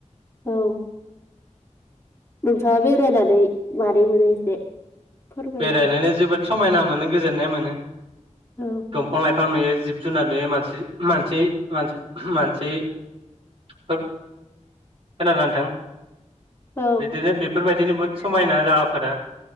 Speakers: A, on the left; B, on the right.
A: औ
B: औ
A: मोन थाङा बेरायनानै <unintelligible> मोनो एसे फोरमाय
B: बेरायनानै जोबोद समायना मोनो गोजोननाय मोनो।
A: औ
B: दंफां लाय थां नुयो जिब जुनार नुयो मानसि-मानसि-मान-मानसि फोर खोनादों ना नोंथां?
A: औ
B: बिदिनो बेफोरबाय दिनो बुद समायना जागाफोरा।